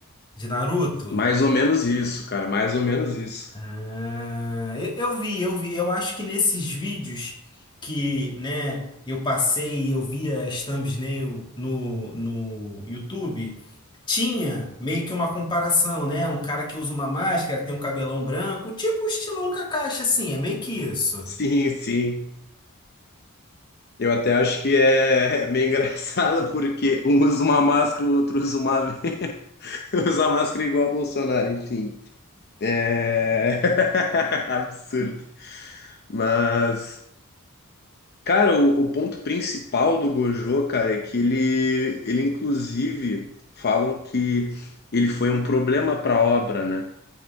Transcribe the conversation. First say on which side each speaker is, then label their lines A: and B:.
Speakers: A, on the left; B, on the left.
A: de Naruto?
B: Mais ou menos isso, cara, mais ou menos isso.
A: Ah, eu, eu vi, eu vi. Eu acho que nesses vídeos que, né, eu passei e eu via as thumbnail no, no YouTube, tinha meio que uma comparação, né? Um cara que usa uma máscara, tem um cabelão branco, tipo o estilão Kakashi, assim, é meio que isso.
B: <laughs> Sim, sim. Eu até acho que é é meio <laughs> engraçado porque um usa uma máscara, o outro usa uma venda. <laughs> Usa máscara igual o Bolsonaro, enfim. É <laughs> absurdo. Mas, cara, o, o ponto principal do Gojo, cara, é que ele, ele inclusive falam que ele foi um problema para a obra, né?